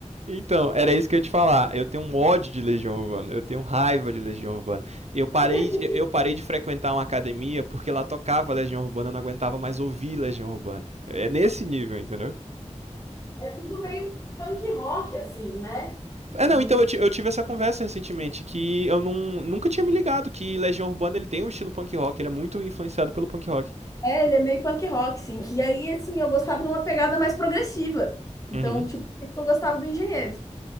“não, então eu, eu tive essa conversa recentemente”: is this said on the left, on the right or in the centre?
Right